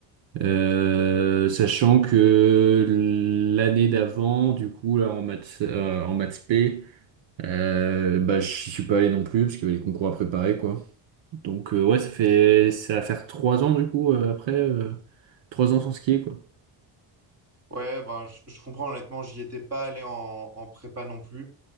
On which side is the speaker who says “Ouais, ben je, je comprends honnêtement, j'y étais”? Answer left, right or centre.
Right